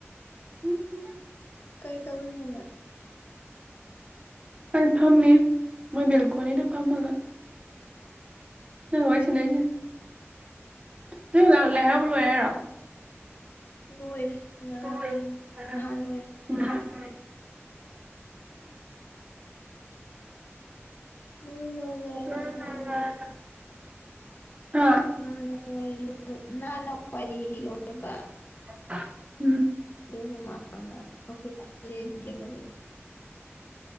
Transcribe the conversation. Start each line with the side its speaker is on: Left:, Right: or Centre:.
Right: ꯎꯝ ꯎꯝ
Left: ꯀꯩ ꯇꯧꯔꯤꯅꯣꯅ꯫
Right: ꯑꯩ ꯐꯝꯃꯤ ꯃꯣꯏ ꯕꯦꯜꯀꯣꯅꯤꯗ ꯐꯝꯃꯥꯒ꯫ ꯅꯪ ꯋꯥꯔꯤ ꯁꯥꯟꯅꯩꯁꯤꯅꯤ ꯅꯣꯏ ꯍꯂꯥ ꯂꯥꯏ ꯍꯥꯔꯧꯕ ꯂꯣꯏꯔꯦ ꯍꯥꯏꯔꯣ
Left: ꯂꯣꯏꯔꯦ ꯉꯔꯥꯡ
Right: ꯂꯣꯏꯔꯦ ꯉꯔꯥꯡ
Left: ꯅꯍꯥꯟ ꯂꯣꯏꯔꯦ
Right: ꯅꯍꯥꯟ ꯂꯣꯏꯔꯦ꯫ <unintelligible>
Left: ꯂꯣꯏ
Right: <unintelligible>
Left: ꯂꯣꯏꯒ꯭ꯔꯕ
Right: ꯍꯥ
Left: ꯅꯍꯥꯟ ꯋꯥꯔꯤ ꯅꯍꯥꯟꯅ ꯋꯥꯔꯤ ꯂꯣꯏꯕ
Right: <unintelligible>
Left: ꯑꯗꯨꯏ ꯃꯃꯥꯡꯗ ꯑꯩꯈꯣꯏ ꯈꯨꯂꯦꯟꯒꯤ ꯑꯃ <inaudible>